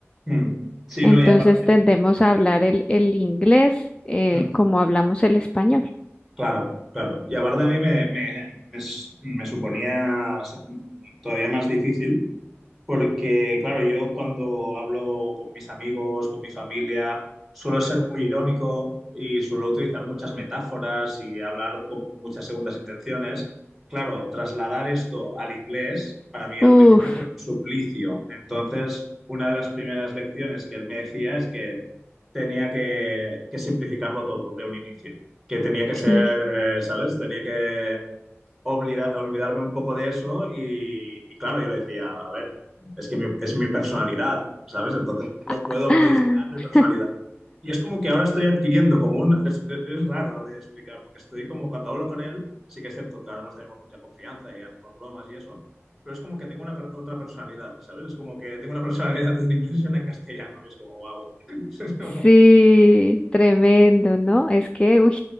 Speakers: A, in the centre; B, on the left.
A: Mm. Sí,
B: entonces
A: no, y aparte,
B: tendemos a hablar el, el inglés eh,
A: mm,
B: como hablamos el español.
A: claro, claro. Y aparte a mí me, me, me s- me suponía ser todavía más difícil Porque, claro, yo cuando hablo con mis amigos, con mi familia, suelo ser muy irónico y suelo utilizar muchas metáforas y hablar con muchas segundas intenciones. Claro, trasladar esto al inglés para mí
B: Uf,
A: al principio fue un suplicio. Entonces, una de las primeras lecciones que él me decía es que tenía que, que simplificarlo todo de un inicio, que tenía que ser,
B: sí.
A: eh, ¿sabes? Tenía que olvida- olvidarme un poco de eso y, y claro, yo le decía, a ver es que mi- es mi personalidad, ¿sabes? Entonces no lo puedo
B: <laughs>
A: modificar mi personalidad. Y es como que ahora estoy adquiriendo como un... Es, es raro de explicar, porque estoy como cuando hablo con él, sí que es cierto que ahora nos tenemos mucha confianza y hacemos bromas y eso, pero es como que tengo una per- otra personalidad, ¿sabes? Es como que tengo una personalidad en inglés y una en castellano, y es como, wow. <laughs>
B: Sí, tremendo, ¿no? Es que, uy,